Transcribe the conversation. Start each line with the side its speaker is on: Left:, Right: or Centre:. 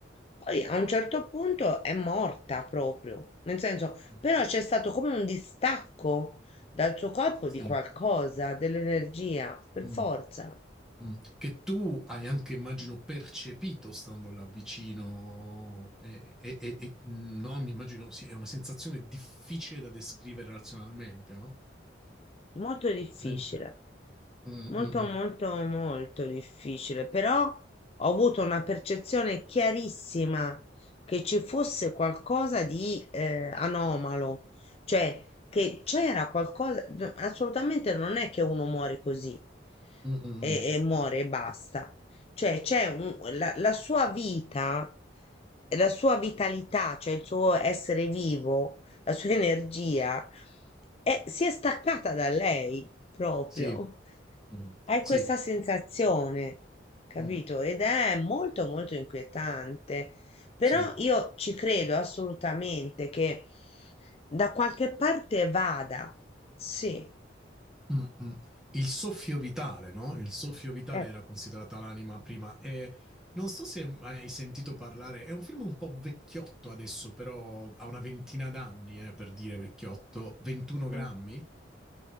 Left: Poi a un certo punto è morta proprio, nel senso,
Centre: Mm.
Left: però c'è stato come un distacco dal suo corpo
Centre: Sì.
Left: di qualcosa, dell'energia, per
Centre: Mm.
Left: forza.
Centre: Mm. Che tu hai anche, immagino, percepito stando là vicino, e, e- e- e- no, mi immagino, sì, è una sensazione difficile da descrivere razionalmente, no?
Left: Molto difficile.
Centre: Veramente. Mm,
Left: Molto,
Centre: mm, mm.
Left: molto, molto difficile, però ho avuto una percezione chiarissima che ci fosse qualcosa di eh, anomalo, cioè che c'era qualcosa, no, assolutamente non è che uno muore così
Centre: Mm, mm,
Left: e,
Centre: mm.
Left: e muore e basta, cioè c'è un- la, la sua vita, la sua vitalità, cioè il suo essere vivo, la sua energia, è- si è staccata da lei proprio.
Centre: Sì, Mm,
Left: Hai
Centre: sì,
Left: questa sensazione, capito?
Centre: Mm,
Left: Ed è molto molto inquietante. Però
Centre: sì.
Left: io ci credo assolutamente che da qualche parte vada. Sì.
Centre: Mm, mm. Il soffio vitale, no? Il soffio vitale
Left: Eh.
Centre: era considerata l'anima prima e non so se hai sentito parlare, è un film un po' vecchiotto adesso, però ha una ventina d'anni, eh, per dire vecchiotto, 21 grammi?
Left: Mm.